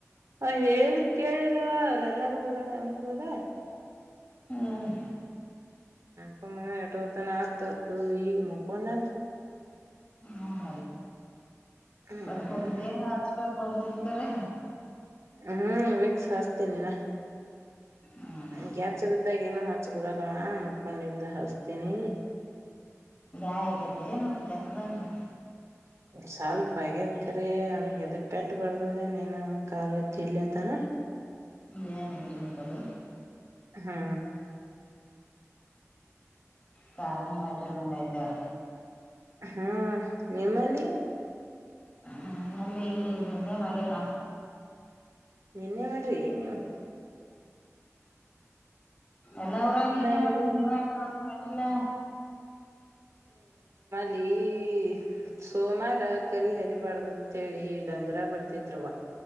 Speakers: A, on the right; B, on the left.
A: ಹ ಹೇಳಿದ್ರ ಕೇಳಿಲ್ಲವ ಅವ್ರ ಎಲ್ಲಾರೂ ಹೋಗಾನ ಅವನ್ ಹೋದ
B: ಹ್ಮ್
A: ಹ್ಮ ಮ ಎಟತಾನ ಆತ ಈ ಮುಕ್ಕೊಂಡಾನ
B: ಹನ
A: ಹ್ಮ್
B: ಅದಕ್ಕೊಂದು ಮ್ರ ಆ ಬರ್ದಿರ್ತಾರೆ
A: ಹ್ಮ್ ವೀಕ್ಸ್ ಹಸ್ತೀನಿಿನ್ಯಾಚರ
B: ಹ್ಮ್
A: ಇದ್ದಾಗ ಏನೋ ಹಾ ಅಚ್ಚ ಕೂಡಲ್ಲವ ಮುಕ್ಕೊಂಡಿಂದ ಹಸ್ತೀನಿ
B: ಗಾಯಗತ್ತ ಏನಪ್ಪ ಕೆತ್ತದಂಗಗೆ
A: ಸ್ವಲ್ಪ ಆಗ್ಯದಕ್ರೀ ಅವನಿಿಗೆ ಅದ ಪೆಟ್ಟ ಬಳ್ದದೇನೇನು ಕಾಾಲ ಡ್ಲಿ ಅತಾನ
B: ಇಿಯಾ ನ ಎದರು ಪಟ್ಟದು
A: ಹಾ
B: ಸಾರಣಿ ಮಾಡ್ರಿ ನಂಗಯ್ತ ಅವ
A: ಹ್ಮ ನಿಮ್ಮಲ್ಲಿ
B: ಹ ನಲ್ಲಿ ನಿನ್ನೆ ಮೆರ
A: ನಿನ್ನೆ ಮಾಡ್ರಿ ಏ ನೀವು
B: ಎಲ್ಲಾ ಊರಾಗ ನಿನ್ನೆ
A: ನಾವ್
B: ಮಾಡ
A: ಇವತ್ತು
B: ನೀವ್ಯಾಕೆ ಮಾಡಿಲ್ಲ
A: ಹ <inaudible> ಸೋಮಾರ ಕರಿಹರಿ ಬಾರ್ದತ್ ಕೇಳಿ ಡಂಗರ ಬರ್ದಿದ್ವ